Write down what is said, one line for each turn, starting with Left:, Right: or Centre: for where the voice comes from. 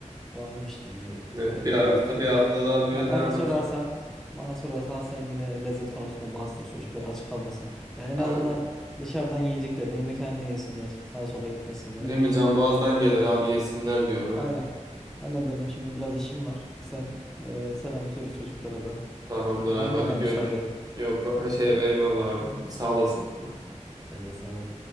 Centre: varmış yine.
Right: Evet,
Centre: Yani
Right: bir hafta
Centre: bir
Right: bir hafta daha böyle
Centre: Ya bana
Right: devam
Centre: sorarsan,
Right: edecek.
Centre: bana sorarsan sen yine lezzet konusunda bastır çocuklar aç kalmasın. Ya en
Right: Aynen.
Centre: azından dışarıdan yiyeceklerini yemekhaneden yesinler. Sağa sola gitmesinler.
Right: Değil mi? Can Boğaz'dan
Centre: Ee,
Right: gelir abi yesinler diyor ona.
Centre: aynen. Aynen benim şimdi biraz işim var. Sen e, selam söyle çocuklara da.
Right: Tamamdır
Centre: Var
Right: abi
Centre: mı
Right: hadi
Centre: bana
Right: görüş.
Centre: müsaade?
Right: Yok ha şey eyvallah abi. Sağ olasın.
Centre: Sen de sağ ol.